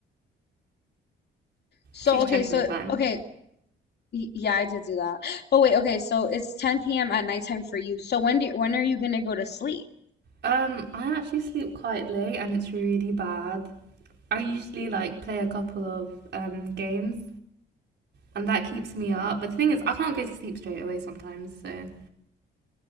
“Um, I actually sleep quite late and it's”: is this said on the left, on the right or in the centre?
Right